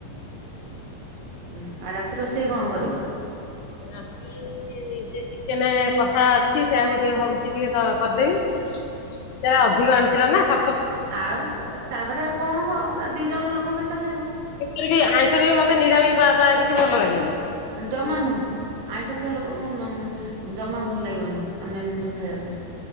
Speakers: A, on the right; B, on the left.
A: ଆଉ ରାତିରେ ରୋଷେଇ କଣ କରିବ?
B: ରାତି ସେ ଚିକେନ କଷା ଅଛି, ସେଇଆକୁ ଟିକେ ଭାବୁଛି ଟିକେ କରିଦେବି।
A: <inaudible>
B: ସେଗୁଡା ଅଧିକ ଆଣିଥିଲା ନା, ସା
A: ଆଉ ତ ତାପରେ ଆଉ କଣ କ ଦି ଜଣ ଲୋକ କେତେ ଖାଇବ।
B: ଏମିତିରେ ବି ଆଇଁଷରେ ବି ମତେ ନିରାମି ବା ପ୍ରାୟ କିଛି ଭଲ ଲାଗେନି।
A: ଜମା ନୁ ଆଇଁଷ ଖିଆ ଲୋକଙ୍କୁ ଉଁ ଜମା ଭଲ ଲାଗିବନି, ଅନ୍ୟ ଜିନିଷ ଖାଇବା ପାଇଁ।